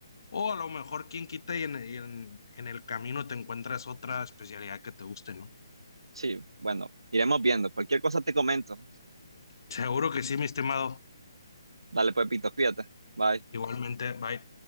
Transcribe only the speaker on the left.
o a lo mejor quién quita y en, y en en el camino te encuentras otra especialidad que te guste, ¿no?
Seguro que sí, mi estimado.
Igualmente, bye.